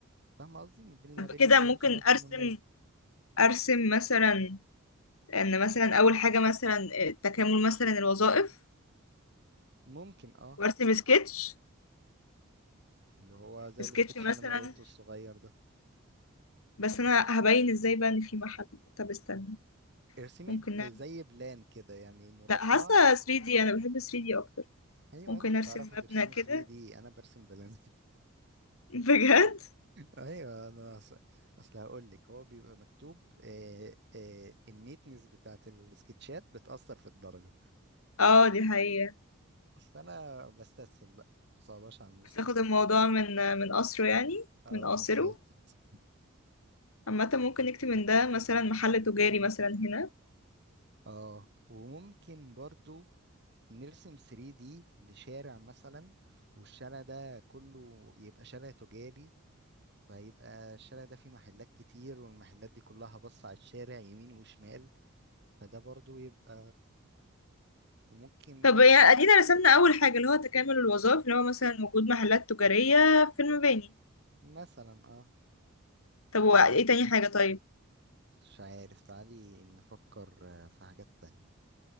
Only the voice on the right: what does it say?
فاهمة قصدي ما بين المباني
وما بين
الفراغات
العمرانية
ممكن اه
اللي هو زي
السكتش
اللي أنا قلته الصغير ده
ارسمي
ب-
زي
بلان كده يعني مربع
ايوه
انتوا
بتعرفوا ترسموا
3D انا برسم بلانك <laughs>
ايوه انا اصل اصل هقول لك هو بيبقى مكتوب آه آه النيتنس بتاعت السكتشات بتأثر في الدرجة
فانا بستسهل بقى مصعباش على نفسي
اه
بالظبط
اه وممكن برضو نرسم 3D لشارع مثلا والشارع ده كله يبقى شارع تجاري فيبقى الشارع ده فيه محلات كتير والمحلات دي كلها بص على الشارع يمين وشمال فده برضو يبقى وممكن
يبقى
مثلا اه
لا
مش عارف تعالي نفكر آه، في حاجات تانية